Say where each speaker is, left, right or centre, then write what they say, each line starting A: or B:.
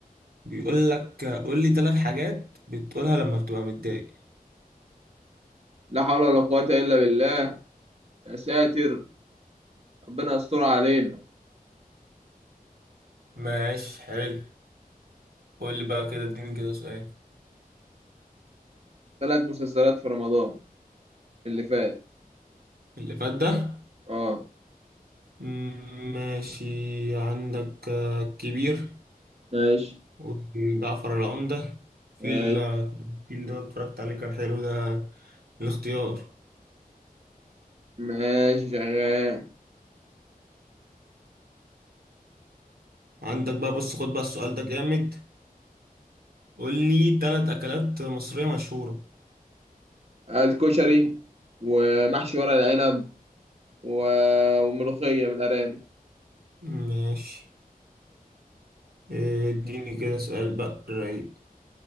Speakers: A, on the right; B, on the right.
A: بيقول لك آه، قول لي ثلاث حاجات بتقولها لما بتبقى متضايق
B: لا حول ولا قوة الا بالله يا ساتر ربنا يستر علينا
A: ماشي حلو قول لي بقى كده اديني كده سؤال
B: ثلاث مسلسلات في رمضان اللي فات
A: اللي فات ده
B: اه
A: مم، ماشي عندك آه، كبير
B: ماشي
A: وجعفر العمدة في
B: ماشي
A: ال- في اللي أنا اتفرجت عليه كان حلو ده الاختيار
B: ماشي شغال
A: عندك بقى بص خد بقى السؤال ده جامد قول لي تلات أكلات مصرية مشهورة
B: الكشري ومحشي ورق العنب و... وملوخية بالأرانب
A: ماشي إيه، اديني كده سؤال بقى رايق